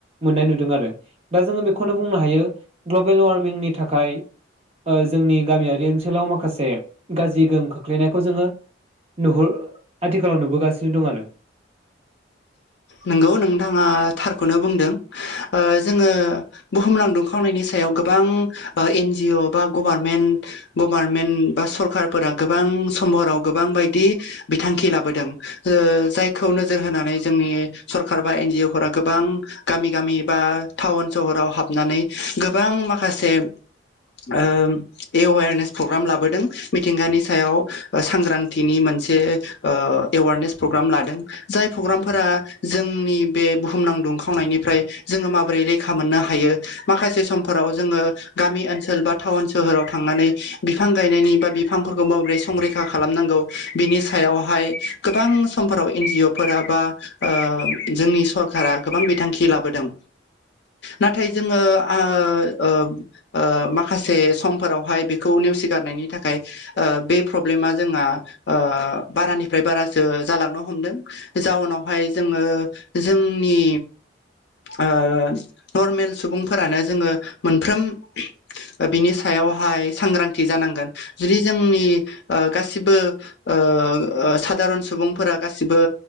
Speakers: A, on the right (about 30°); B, on the left (about 60°).
A: मोननाय नुदों आरो दा जोङो बेखौनो बुंनो हायो ग्लबेल वार्मिंनि थाखाय ओ जोंनि गामियारि ओनसोलाव माखासे गाज्रि गोहोम खोख्लैनायखौ जोङो नुहुर आथिखालाव नुबोगासिनो दं आरो।
B: नोंगौ नोंथाङा थारखौनो बुंदों ओ जोङो बुहुमनां दुंखावनायनि सायाव गोबां एन जि अ बा गभारमेन्ट गभारमेन्ट बा सरखारफोरा गोबां समहराव गोबां बायदि बिथांखि लाबोदों ओ जायखौ नोजोर होनानै जोंनि सरखार बा एन जिअ फोर गोबां गामि गामि बा टाउन सहराव हाबनानै गोबां माखासे ओ एवेरनेस प्रग्राम लाबोदों मिथिंगानि सायाव सांग्रांथिनि मोनसे ओ एवारनेस प्रग्राम लादों जाय प्रग्रामफोरा जोंनि बे बुहुमनां दुंखावनायनिफ्राय जोङो माबोरै रैखा मोननो हायो माखासे समफोराव जोङो गामि ओनसोल बा टाउन सोहोराव थांनानै बिफां गायनायनि बा बिफांफोरखौ माबोरै संरैखा खालामनांगौ बिनि सायावहाय गोबां समफोराव एन जि अ फोरा बा ओ जोंनि सरखारा गोबां बिथांखि लाबोदों नाथाय जोङो ओ आ ओ ओ माखासे समफोरावहाय बेखौ नेवसिगारनायनि थाखाय ओ बे प्रब्लेमा जोंहा ओ बारानिफ्राय बारासो जालांनो हमदों जाउनावहाय जोङो जोंनि ओ नर्मेल सुबुंफोरानो जोङो मोनफ्रोम ओ बिनि सायावहाय सांग्रांथि जानांगोन जुदि जोंनि ओ गासिबो ओ आ सादारन सुबुंफोरा गासिबो